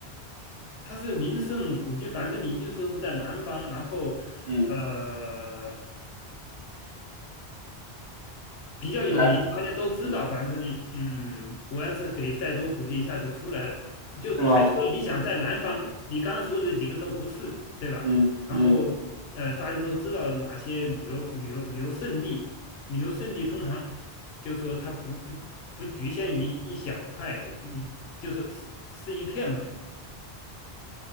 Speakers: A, on the left; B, on the right.
A: 它是名胜古迹，反正你就说是在南方，然后呃
B: 嗯，
A: 比较有名，
B: 你还，
A: 大家都知道。
B: 嗯，
A: 反正嗯，我要是给再多估计一下就出来了，就排除了你想在南方，
B: 对吗？
A: 你刚刚说的几个都不是，对吧？
B: 嗯嗯，
A: 然后呃，大家都知道哪些旅游旅游旅游胜地，旅游胜地通常就说它不不不局限于一小块一，就是是是一片吧？